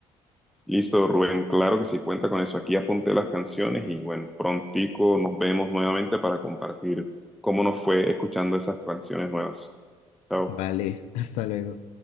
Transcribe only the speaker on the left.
Vale, <laughs> hasta luego.